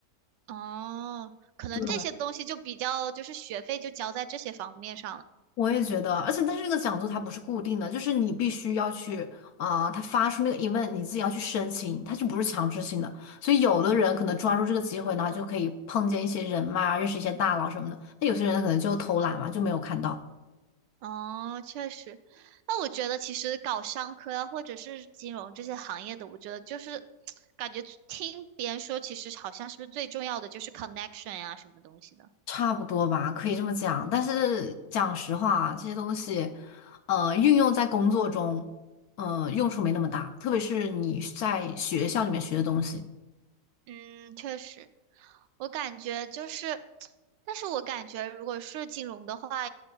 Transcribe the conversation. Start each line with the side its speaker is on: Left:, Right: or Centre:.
Right: 哦，可能这些东西就比较就是学费就交在这些方面上了。
Left: 对，我也觉得，而且但是那个讲座它不是固定的，就是你必须要去啊、他发出那个 event，你自己要去申请，它就不是强制性的。所以有的人可能抓住这个机会，呢，就可以碰见一些人脉啊，认识一些大佬什么的。那有些人可能就偷懒嘛，就没有看到。
Right: 哦，确实，那我觉得其实搞商科啊，或者是金融这些行业的，我觉得就是感觉听别人说，其实好像是不是最重要的就是 connection 呀、什么东西的。
Left: 差不多吧，可以这么讲。但是讲实话，这些东西，呃，运用在工作中，呃，用处没那么大。特别是你在学校里面学的东西，
Right: 嗯，确实，我感觉就是，但是我感觉如果是金融的话，